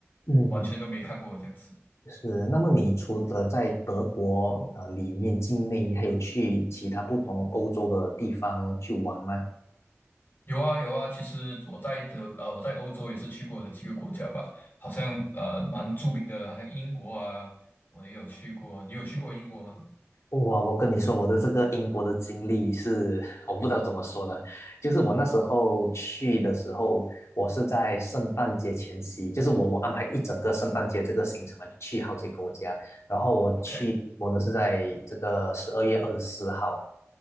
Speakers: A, on the left; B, on the left.
A: 嗯
B: 完全都没看过这样子。
A: 是，那么你除了在德国呃里面境内，你还有去其他不同欧洲的地方去玩吗？
B: 有啊有啊，其实我在德呃我在欧洲也是去过的几个国家吧，好像呃蛮著名的，好像英国啊，我也有去过。你有去过英国吗
A: 哇，我跟你说，我的这个英国的经历是，我不知道怎么说呢。就是我那时候去的时候，我是在圣诞节前夕，就是我我安排一整个圣诞节这个行程嘛，去好几个国家。然后我去英国呢是在这个十二月二十四号
B: ？OK